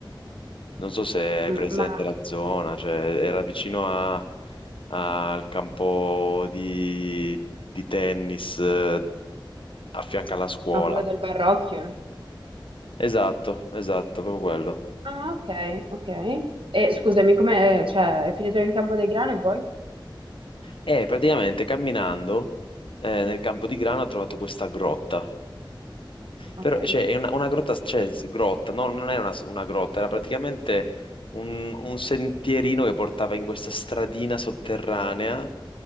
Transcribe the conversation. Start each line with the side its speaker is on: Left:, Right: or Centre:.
Left: non so se hai
Right: Mm,
Left: presente
Right: ma,
Left: la zona, cioè era vicino a- a- al campo di, di tennis eh, a fianco alla scuola.
Right: ma quello del Barrocchio?
Left: Esatto, esatto, proprio quello.
Right: Ah, ok, ok. E scusami, come, cioè, è finito il campo dei grani e poi?
Left: E praticamente camminando eh, nel campo di grano ho trovato questa grotta.
Right: Ok,
Left: Però, cioè, è una, una grotta, cioè, s- grotta, no, non era una, s- una grotta, era praticamente un, un sentierino che portava in questa stradina sotterranea.